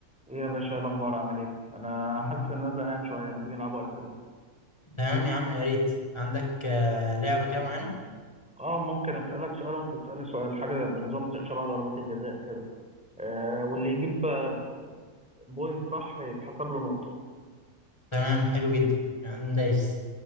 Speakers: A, in the centre; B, on the left.
A: ايه يا باشا ايه الاخبار عامل ايه انا
B: مم.
A: حاسس ان انا زهقان شويه ما تيجي نلعبوا اسئله
B: تمام يا عم يا ريت عندك آه، لعبة كده معينة
A: اه ممكن اسالك سؤال وانت تسالني سؤال حاجه بنظام زي شبه ضربات الجزاء كده آه واللي يجيب آه، بوينت صح يتحسب له نقطه
B: تمام حلو جدا يعني دايس